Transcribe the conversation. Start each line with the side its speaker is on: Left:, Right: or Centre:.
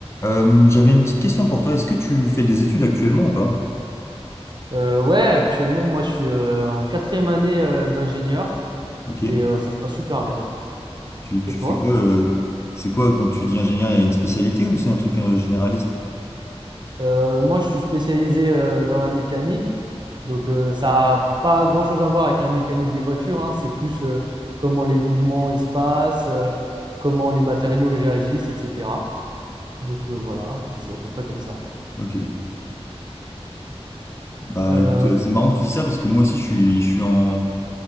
Left: Euh, j'avais une petite question pour toi. Est-ce que tu fais des études actuellement ou pas?
Right: Euh, ouais, actuellement, moi, je suis euh, en quatrième année euh, d'ingénieur
Left: Ok.
Right: et euh, ça se passe super bien.
Left: Tu,
Right: Et
Left: tu
Right: toi?
Left: fais quoi euh, c'est quoi quand tu dis ingénieur, il y a une spécialité ou c'est un truc euh, généraliste?
Right: Euh, moi, je suis spécialisé euh, dans la mécanique, donc euh, ça n'a pas grand-chose à voir avec la mécanique des voitures, hein. C'est plus euh, comment les mouvements ils se passent, euh, comment les matériaux ils réagissent, etc. Donc euh, voilà, c'est à peu près comme ça.
Left: Ok. Bah
Right: Euh,
Left: écoute, euh, c'est marrant que tu dis ça parce que moi aussi je suis, je suis en,